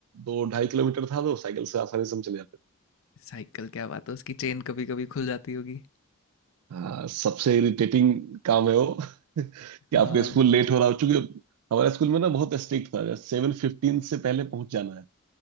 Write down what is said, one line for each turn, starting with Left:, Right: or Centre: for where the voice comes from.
Right: दो ढाई किलोमीटर था तो साइकिल से आसानी से हम चले जाते थे
Left: साइकिल क्या बात है उसकी चेन कभी कभी खुल जाती होगी
Right: हाँ सबसे इरिटेटिंग काम है वो <laughs> कि
Left: हाँ
Right: आपका स्कूल लेट हो रहा हो चूंकि हमारे स्कूल में ना बहुत स्ट्रिक्ट था सेवन फिफ्टीन से पहले पहुंच जाना है